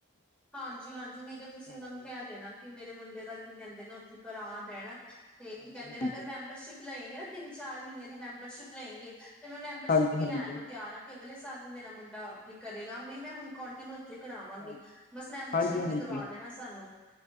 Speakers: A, in the centre; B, on the left.
A: ਹਾਂਜੀ, ਹਾਂਜੀ ਵੀਰੇ
B: ਹਾਂਜੀ-ਹਾਂਜੀ,
A: ਤੁਸੀਂ ਉਹਨਾਂ ਨੂੰ ਕਹਿ ਦੇਣਾ ਕਿ ਮੇਰੇ ਮੁੰਡੇ ਦਾ ਕੀ ਕਹਿੰਦੇ ਨੇ ਉੱਥੇ ਕਰਾ ਦੇਣ ਤੇ ਕੀ
B: ਹਾਂਜੀ-ਹਾਂਜੀ,
A: ਕਹਿੰਦੇ ਨੇ ਅਗਰ ਮੈਂਬਰਸ਼ਿਪ ਲਏਗੇ ਨਾ ਤਿੰਨ ਚਾਰ ਮਹੀਨਿਆਂ ਦੀ ਮੈਂਬਰਸ਼ਿਪ ਲਏਗੇ ਤੇ ਮੈਂ ਮੈਂਬਰਸ਼ਿਪ
B: ਹਾਂਜੀ-ਹਾਂਜੀ,
A: ਵੀ ਲੈਣ
B: ਹਾਂਜੀ। ਹਾਂਜੀ
A: ਨੂੰ ਤਿਆਰ ਆ ਕਿ ਅਗਲੇ ਸਾਲ ਵੀ ਮੇਰਾ ਮੁੰਡਾ ਵੀ ਕਰੇਗਾ ਵੀ ਮੈਂ ਹੁਣ ਕੋਂਟੀਨਿਊ ਉੱਥੇ ਕਰਾਵਾਂਗੀ
B: ਹਾਂਜੀ
A: ਬਸ ਮੈਂਬਰਸ਼ਿਪ
B: ਹਾਂਜੀ ਹਾਂਜੀ
A: ਵੀ ਦਵਾ ਦੇਣਾ ਸਾਨੂੰ